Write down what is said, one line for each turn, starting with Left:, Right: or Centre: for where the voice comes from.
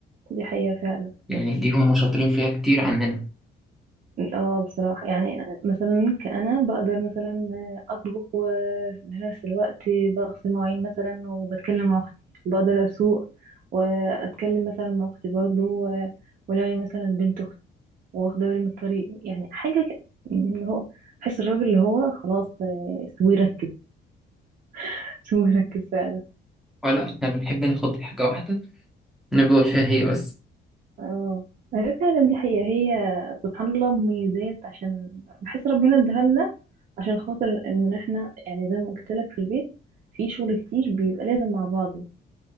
Right: دي حقيقة فعلا
Centre: يعني دي هم شاطرين فيها كتير عننا
Right: اه بصراحة يعني مثلا كأنا بقدر مثلا أطبخ وفي نفس الوقت بغسل مواعين مثلا وبتكلم مع أختي بقدر أسوق وأتكلم مثلا مع أختي برضه و- ولغي مثلا بنت أختي واخدة بالي من الطريق يعني حاجة ك- اللي هو بحس الراجل اللي هو خلاص آه، سيبوه يركز <laughs> سيبوه يركز فعلا
Centre: ولا إحنا بنحب ناخد حاجة واحدة نفضل فيها هي بس
Right: اه هي فعلا دي حقيقة هي سبحان الله مميزات عشان بحس ربنا اداها لنا عشان خاطر ان احنا يعني زي ما قلت لك في البيت في شغل كتير بيبقى لازم مع بعضه